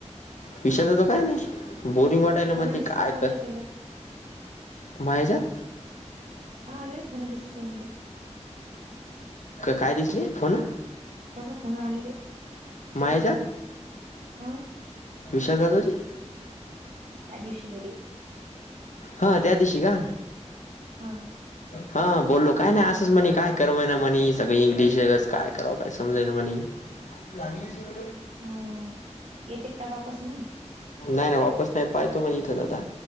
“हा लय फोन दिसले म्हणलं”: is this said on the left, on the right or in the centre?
Right